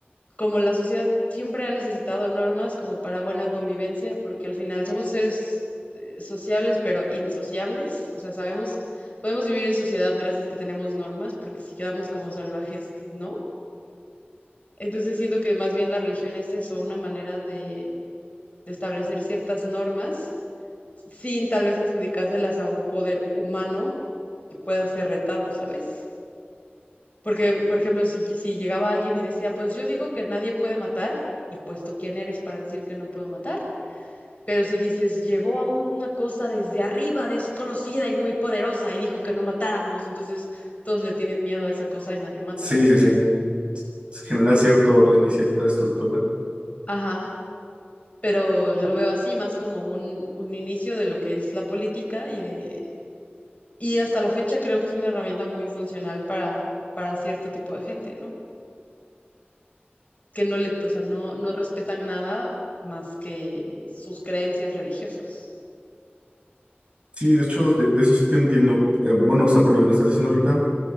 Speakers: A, on the left; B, on the right.
A: como la sociedad siempre ha necesitado normas como para buena convivencia, porque al final somos seres eh, sociables, pero insociables, o sea, sabemos, podemos vivir en sociedad gracias a que tenemos normas, porque si quedamos como salvajes, no. Entonces siento que más bien la religión es eso, una manera de, de establecer ciertas normas sin tal vez adjudicárselas a un poder humano que pueda ser retado, ¿sabes? Porque, por ejemplo, si, si llegaba alguien y decía, pues yo digo que nadie puede matar, y pues tú quién eres para decir que no puedo matar. Pero si dices, llegó a una cosa desde arriba, desconocida y muy poderosa, y dijo que no matáramos, entonces todos le tienen miedo a esa cosa y nadie mata.
B: Sí, sí, sí. Se genera cierto orden y cierta estructura.
A: Ajá, pero lo veo así más como un, un inicio de lo que es la política y de... Y hasta la fecha creo que es una herramienta muy funcional para, para cierto tipo de gente, ¿no? que no le, o sea, no, no respetan nada más que sus creencias religiosas.
B: Sí, de hecho, de, de eso sí te entiendo. Eh, bueno, o sea, por lo que me estás diciendo ahorita,